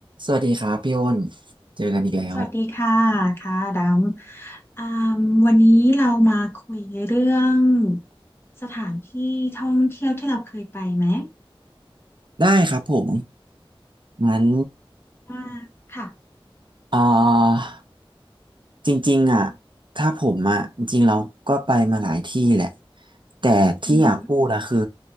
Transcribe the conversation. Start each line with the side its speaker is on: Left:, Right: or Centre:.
Right: สวัสดีครับพี่อ้นเจอกันอีกแล้ว
Left: สวัสดีค่ะค่ะดำอ่ามวันนี้เรามาคุยเรื่องสถานที่ท่องเที่ยวที่เราเคยไปไหม
Right: ได้ครับผมงั้น
Left: อ่าค่ะ
Right: เอ่อจริงๆอ่ะถ้าผมอ่ะจริงๆเราก็ไปมาหลายที่แหละ แต่ที่อยากพูดอะคือ
Left: อือหือ